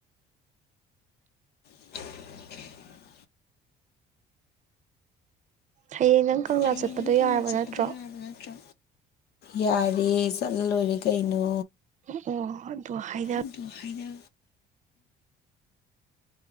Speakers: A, on the left; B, on the right.
A: <unintelligible>
B: ꯍꯌꯦ ꯅꯪ ꯀꯪꯂꯥ
A: ꯍꯌꯦꯡ
B: ꯆꯠꯄꯗꯣ
A: ꯅꯪ ꯀꯪꯂꯥ
B: ꯌꯥꯔꯕ
A: ꯆꯠꯄꯗꯣ
B: ꯅꯠꯇ꯭ꯔꯣ
A: ꯌꯥꯔꯕꯔꯥ ꯅꯠꯇ꯭ꯔꯣ ꯌꯥꯔꯦ ꯆꯠꯂꯥ ꯂꯣꯏꯔꯦ ꯀꯩꯅꯣ
B: ꯑꯣ ꯑꯣ ꯑꯗꯨ ꯍꯥꯏꯅ
A: ꯑꯗꯨ ꯍꯥꯏꯅ